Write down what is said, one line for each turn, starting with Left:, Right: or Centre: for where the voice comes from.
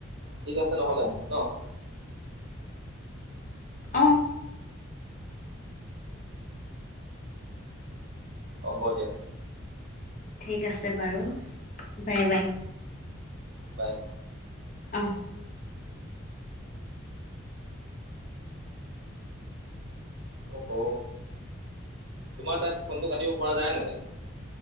Right: ঠিক আছে ন'হলে ন?
Left: অ,
Right: হ'ব দিয়া।
Left: ঠিক আছে বাৰু বাই বাই।
Right: বাই।
Left: অ।
Right: অ হ তোমাৰ তাত ফোনটো কাটিব পৰা যায় নে নাযায়?